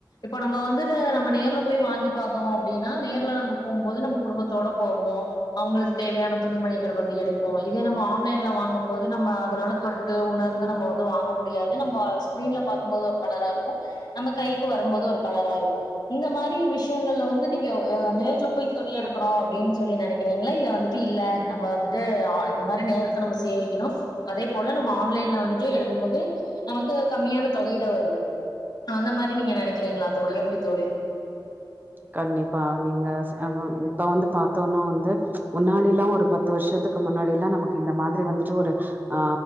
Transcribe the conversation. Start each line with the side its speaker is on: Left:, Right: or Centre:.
Left: இப்ப நம்ப வந்துட்டு நம்ம நேர்ல போய் வாங்கி பாத்தோ அப்டின்னா நேர்ல நம்ப போம்போது நம்ப குடும்பத்தோட போவோ அவங்களுக்கு தேவையான துணிமணிகள் வந்து எடுப்போ இதே நம்ம ஆன்லைன்ல வாங்கும்போது நம்ம அதனால தொட்டு உணர்ந்து நம்ப வந்து வாங்கும்போது எப்டியாவது நம்ப ஸ்கிரீன்ல பாக்கும் போது ஒரு கலர்ரா இருக்கும் நம்ப கைக்கு வரும்போது ஒரு கலர்ரா இருக்கும் இந்த மாதிரி விஷயங்கள்ல வந்து நீங்க நேர்ல போய் துணி எடுக்கணு அப்டின்னு சொல்லி நெனைக்கிறீங்களா இல்ல வந்துட்டு இல்ல நம்ப வந்துட்டு ஆ இந்த மாதிரி நேரத்த நம்ம சேவைக்கணு அதே போல நம்ம ஆன்லைன்ல வந்துட்டு எடுக்கும் போது நமக்கு கம்மியான தொகைதா வருது அந்த மாதிரி நீங்க நெனைக்கிறீங்களா தோழி எப்டி தோழி
Right: கண்டிப்பா நீங்க இப்ப வந்து பாத்தோம்னா வந்து முன்னாடிலா ஒரு பத்து பத்து வருஷத்துக்கு முன்னாடிலா நமக்கு இந்த மாதிரி வந்துட்டு ஒரு ஆ